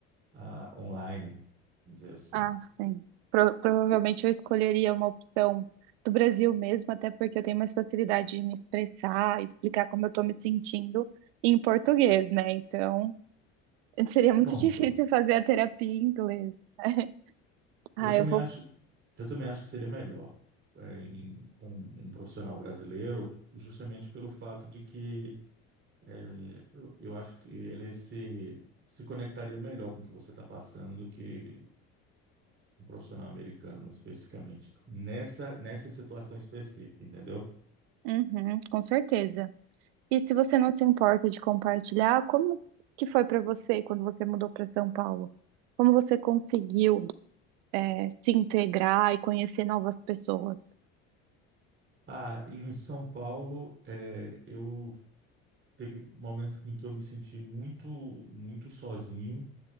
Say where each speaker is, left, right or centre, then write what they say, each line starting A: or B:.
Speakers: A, on the right; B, on the right.
A: ah, online, vamos dizer assim.
B: Ah, sim. Pro- provavelmente eu escolheria uma opção do Brasil mesmo, até porque eu tenho mais facilidade de me expressar, explicar como eu estou me sentindo em português, né? Então, seria
A: Pronto.
B: muito <laughs> difícil fazer a terapia em inglês. <laughs>
A: Eu
B: Ah,
A: também
B: eu vou.
A: acho, eu também acho que seria melhor é, em- com um profissional brasileiro, justamente pelo fato de que é, eu, eu acho que ele se, se conectaria melhor com o que você está passando do que um profissional americano especificamente, nessa, nessa situação específica, entendeu?
B: Uhum, com certeza. E se você não se importa de compartilhar, como que foi para você quando você mudou para São Paulo? Como você conseguiu, é, se integrar e conhecer novas pessoas?
A: Ah, em São Paulo, é, eu teve momentos em que eu me senti muito, muito sozinho